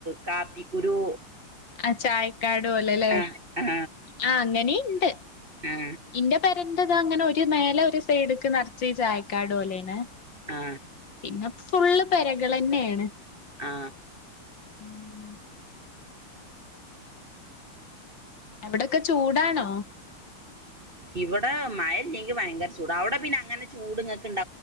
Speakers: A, on the right; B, on the left.
A: കാപ്പിക്കുരു.
B: അഹ് ചായി ക്കാട് പോലെയല്ലേ?
A: ആ ആ
B: ആ അങ്ങനീണ്ട്
A: ആ
B: ഇന്റെ പെര ഇത് ദാ ഇങ്ങനെ ഒരു മേലെ ഒരു സൈഡ്ക്ക് നർച്ച് ഈ ചായക്കാട് പോലേണ്.
A: ആ
B: പിന്നെ ഫുള്ള് പെരകൾ തന്നെയാണ്.
A: ആ
B: ഉം. അവിടൊക്കെ ചൂടാണോ?
A: ഇവിടെ മയയില്ലങ്കി ഭയങ്കര ചൂട അവിടെ പിന്നെ അങ്ങനെ ചൂട്ങ്ങക്